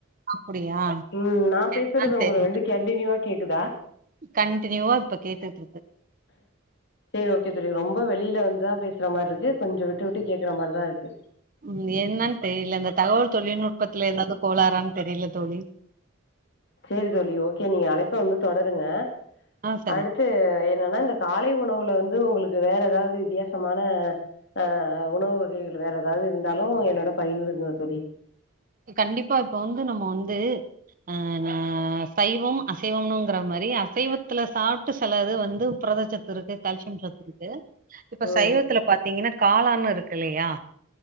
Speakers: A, on the right; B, on the left.
A: அப்டியா ஆ
B: ம் நா பேசுறது ஒங்களுக்கு
A: சரி
B: வந்து கண்டினியூவா கேக்குதா
A: கண்டினியூவா இப்ப கேட்டுட்ருக்கு
B: சேரி ஓகே தோழி ரொம்ப வெளியில வந்துதா பேசுற மாரி இருக்கு கொஞ்சோ விட்டு விட்டு கேக்குற மாரிதா இருக்கு
A: ம் என்னனு தெரியல இந்த தகவல் தொழில்நுட்பத்துல ஏதாவுது கோளாறான்னு தெரியில தோழி
B: சேரி தோழி ஓகே நீங்க அழைப்ப வந்து தொடருங்க
A: ஆ சரி
B: அடுத் து என்னன்னா இந்த காலை உணவுல வந்து ஒங்களுக்கு வேற ஏதாவுது வித்யாசமான ஆ உணவு வகைகள் வேற ஏதாவுது இருந்தாலு என்னோட பகிர்ந்துக்குங்க தோழி
A: கண்டிப்பா இப்ப வந்து நம்ம வந்து ஆ நா சைவம் அசைவம்னுங்கிற மாரி அசைவத்துல சாப்டு செலது வந்து புரதச்சத் துருக்கு கால்சியம் சத்து இருக்கு இப்ப
B: ம்
A: சைவத்துல பாத்தீங்கன்னா காளான்னு இருக்கு இல்லையா